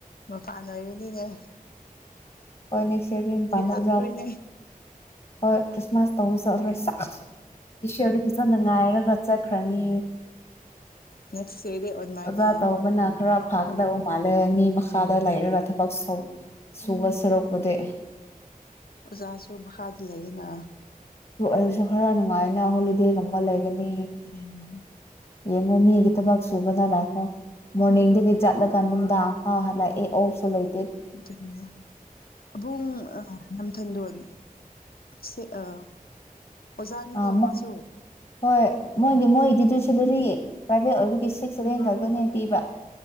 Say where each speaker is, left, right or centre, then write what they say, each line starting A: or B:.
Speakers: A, on the left (about 85°); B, on the left (about 45°).
A: ꯃꯄꯥꯟ ꯑꯣꯏꯔꯤꯕꯅꯤꯅꯦ
B: ꯍꯣꯏ ꯅꯦꯛꯁ ꯏꯔꯗꯤ ꯃꯄꯥꯟꯗ
A: ꯂꯥꯛꯑꯔꯣꯏꯅꯦ
B: ꯑꯣꯖꯠ ꯍꯣꯏ ꯈ꯭ꯔꯤꯁꯃꯥꯁ ꯇꯧꯖꯔꯦꯆꯥ ꯏꯁꯣꯔꯗꯨ ꯐꯖꯅ ꯉꯥꯏꯔꯒ ꯆꯠꯈ꯭ꯔꯅꯤ
A: ꯅꯦꯛꯁ ꯌꯔꯗꯤ ꯑꯣꯟꯂꯥꯏꯟ
B: ꯑꯣꯖꯥ
A: ꯑ
B: ꯇꯧꯕꯅ ꯈꯔ ꯐꯥꯒꯗꯧ ꯃꯥꯜꯂꯦ ꯃꯤ ꯃꯈꯥꯗ ꯂꯩꯥꯏꯔꯒ ꯊꯕꯛ ꯁꯧ ꯁꯨꯕꯁ ꯁꯔꯨꯛꯄꯨꯗꯤ
A: ꯑꯣꯖꯥꯁꯨ ꯃꯈꯥꯗ ꯂꯩꯑꯦꯅ
B: ꯗꯨ ꯑꯣꯏꯔꯁꯨ ꯈꯔ ꯅꯨꯡꯉꯥꯏ ꯅꯍꯣꯜꯂꯤꯗꯦ ꯒꯨꯝꯕ ꯂꯩ ꯒꯅꯤ
A: ꯎꯝ
B: ꯌꯦꯡꯉꯣ ꯃꯤꯒꯤ ꯊꯕꯛ ꯁꯨꯕꯗ ꯂꯥꯛꯈꯣ ꯃꯣꯔꯅꯤꯡꯗꯒꯤ ꯆꯠꯂꯒ ꯅꯨꯡꯗꯥꯡ ꯐꯥꯎ ꯍꯂꯛꯑꯦ ꯑꯣꯐꯁꯨ ꯂꯩ
A: ꯗꯨꯏꯅꯦ ꯑꯕꯨꯡ ꯑ ꯊꯟꯗꯣꯟ ꯁꯦ ꯑꯥ ꯑꯣꯖꯥꯅꯤꯀꯣ
B: ꯑꯥ
A: ꯃꯥꯁꯨ
B: ꯍꯣꯏ ꯃꯣꯏꯗꯤ ꯃꯣꯏꯗꯤꯗꯨ ꯁꯦꯂꯔꯤ ꯄ꯭ꯔꯥꯏꯚꯦꯠ ꯑꯣꯏꯕꯒꯤ ꯁꯤꯛꯁ ꯁꯚꯦꯟ ꯈꯛꯇꯅꯦ ꯄꯤꯕ